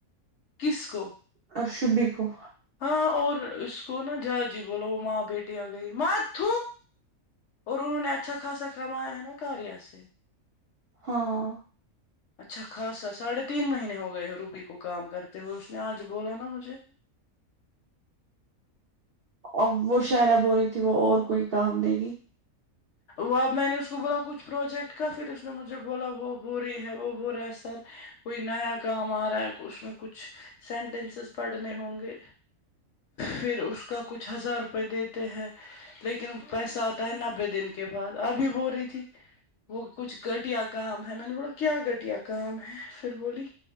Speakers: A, on the left; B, on the right.
A: کس کو
B: اور شبی کو
A: ہاں اور اس کو نا جہا جی بولو وہ ماں بیٹی آ گئی ماں ت اور انہوں نے اچھا خاصا کمایا ہے نا گار ہییا سے
B: ہاں
A: اچھا خاصا ساڑھے تین مہینے ہو گئے ہو روبی کو کام کرتے ہوئے اس نے آج بولا نا مجھے
B: ا وہ شاعرہ ب ہو رہی تھی وہ اور کوئی کام دے گی
A: وہ اب میں نے اس کو بولا کچھ پروجیکٹ کا پھر اس نے مجھے بولا وہ بوری ہے وہ بورا ہے سر کوئی نیا کام آ رہا ہے اس میں کچھ سینٹینسز پڑھنے ہوں گے پھر اس کا کچھ ہزار روپئے دیتے ہیں لیکن پیسہ آتا ہے نہ ب دن کے بعد ابھی ب رہی تھی وہ کچھ گھٹیا کام ہے میں نے بولا کیا گھٹیا کام ہے پھر بولی